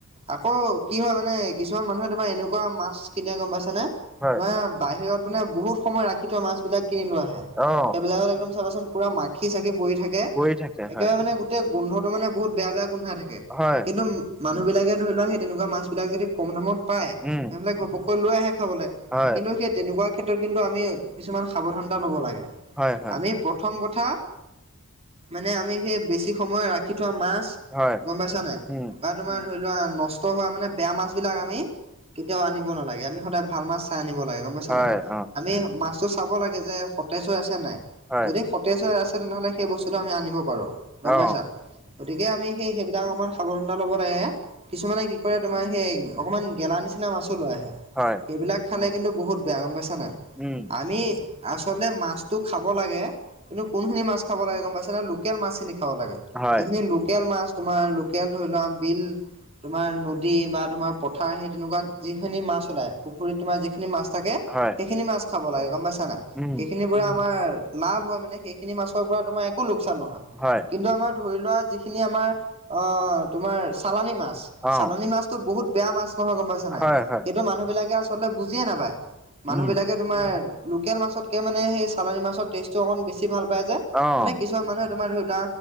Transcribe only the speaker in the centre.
হয়
অ
পই থাকে
হয়।
হয়
উম
হয়
হয় হয়
হয়
উম
হয়
অ
হয়
অ
হয়।
উম
হয়।
হয়,
উম,
হয়,
অ'।
হয়, হয়,
উম।
অ'। অ',